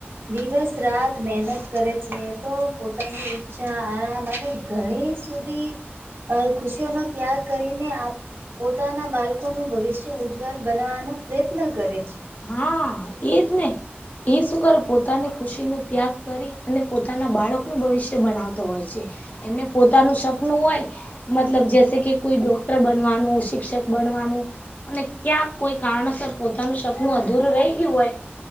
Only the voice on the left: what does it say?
હા એ જ ને! એ શું કરે પોતાની ખુશીનોો ત્યાગ કરી અને પોતાના બાળકનુંું ભવિષ્ય બનાવતો હોય છે. એમને પોતાનું સપનું હોય. મતલબ જસે કે કોઈ ડોક્ટર બનવાનું શિક્ષક બનવાનું. અને ક્યાં કોઈ કારણસર પોતાનું સપનું અધૂરું રહી ગયું હોય.